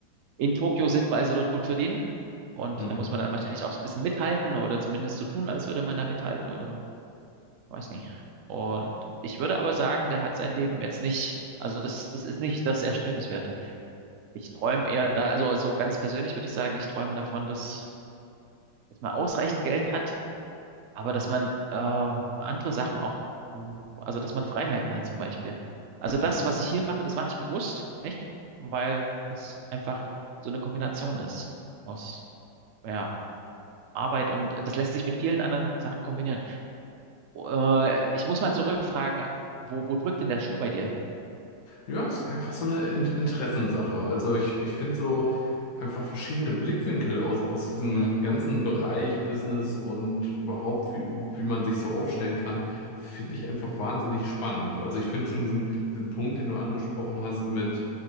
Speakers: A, on the right; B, on the left.
A: in Tokio sind, weil sie dort gut verdienen. Und
B: Mhm.
A: da muss man dann wahrscheinlich auch so ein bisschen mithalten oder zumindest so tun, als würde man da mithalten oder Weiß nicht. Und ich würde aber sagen, der hat sein Leben jetzt nicht, also das, das ist nicht das Erstrebenswerte. Ich träume eher da, also so ganz persönlich würde ich sagen, ich träume davon, dass, dass man ausreichend Geld hat, aber dass man äh, andere Sachen auch, also dass man Freiheiten hat zum Beispiel. Also das,
B: Ja.
A: was ich hier mache, das mache ich bewusst, echt, weil das einfach so eine Kombination ist aus, ja, Arbeit und das lässt sich mit vielen anderen Sachen kombinieren. Äh, ich muss mal zurückfragen, wo, wo drückt denn der Schuh bei dir?
B: Ja, es ist einfach so eine In Interessenssache. Also ich, ich finde so einfach verschiedene Blickwinkel aus, aus diesem
A: Ja.
B: ganzen Bereich Business und überhaupt, wie, wie man sich so aufstellen kann, finde ich einfach wahnsinnig spannend. Also ich finde schon diesen, diesen Punkt, den du angesprochen hast mit,